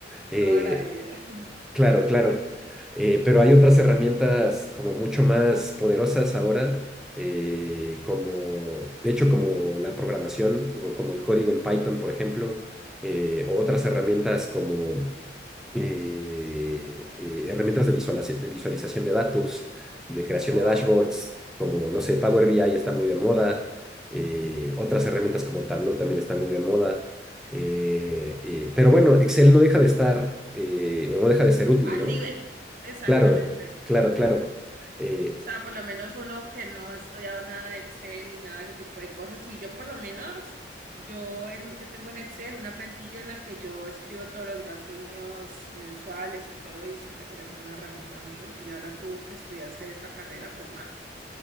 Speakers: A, in the centre; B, on the right.
A: Eh,
B: toda la vida. <laughs>
A: Claro, claro. Eh, pero hay otras herramientas como mucho más poderosas ahora, eh, como, de hecho, como la programación, o como el código en Python, por ejemplo, eh, o
B: Mm,
A: otras herramientas como eh, eh, herramientas de, visualiz- de visualización de datos, de creación
B: Oh,
A: de dashboards, como, no sé, Power BI está muy de moda, eh, otras herramientas como Tableau también están muy de moda, eh, eh, pero bueno, Excel no deja de estar, eh, o no deja de ser útil,
B: al
A: ¿no?
B: nivel. Exactamente.
A: Claro, claro, claro. Eh,
B: O sea, por lo menos uno que no ha estudiado nada de Excel y nada de ese tipo de cosas. Y yo por lo menos, yo, en- yo tengo en Excel una plantilla en la que yo escribo todos los gastos míos mensuales y todo, y eso me parece una herramienta muy útil. Ahora tú que estudiaste esta carrera, pues más.